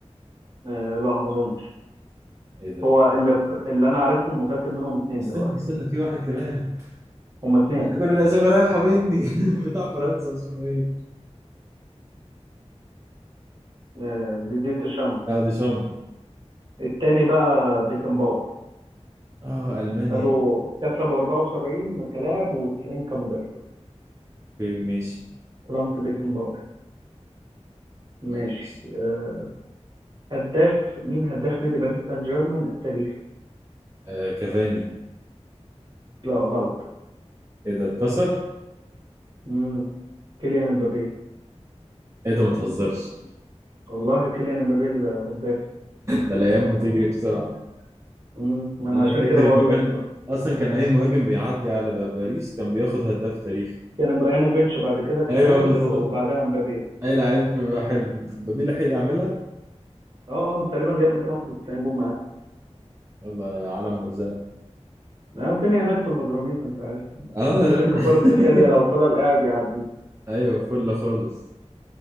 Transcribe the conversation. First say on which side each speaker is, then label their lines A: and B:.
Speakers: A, on the right; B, on the right.
A: آه لا ما اظنش
B: ايه ده
A: هو اللي في... اللي انا عارفهم متأكد منهم اتنين
B: استنى
A: دلوقتي
B: استنى في واحد كمان
A: هما اتنين
B: كل الاسامي رايحه مني <laughs> بتاع فرنسا اسمه ايه؟
A: آه دي دي تشامب
B: اه ديشامب
A: التاني بقى بيكن باور
B: اه المانيا
A: خدوا كسبوا 74 كلاعب و90 كمدرب
B: اوكي، ماشي
A: فرانس بيكنباور ماشي
B: ماشي.
A: آه، هداف مين هداف نادي باريس سان جيرمان التاريخي
B: آه كافاني
A: لا غلط
B: ايه ده اتكسر؟
A: مم. كيليان امبابي
B: ايه ده ما تهزرش <laughs>
A: والله كيليان امبابي الهداف
B: ده الايام بتجري بسرعه
A: مم. ما انا
B: انا
A: عشان
B: فاكر
A: كده بقول
B: انه
A: لك
B: كان
A: اه
B: اصلا كان اي مهاجم بيعدي على ب- باريس كان بياخد هداف تاريخي
A: كان ابراهيموفيتش بعد كده كافاني
B: ايوه بالظبط
A: دلو... وبعدها امبابي
B: اي لعيب بيبقى حلو مبابي لحق يعملها
A: اه اه تقريبا جاب 291 جون معاه
B: يلا يا عالم مرزق
A: آه، الدنيا هناك في البدراميت انت عارف
B: اه
A: ممكن
B: لا، لا.
A: كفارة
B: <laughs>
A: سخاليا لو فضل قاعد يعدي
B: ايوه فل خالص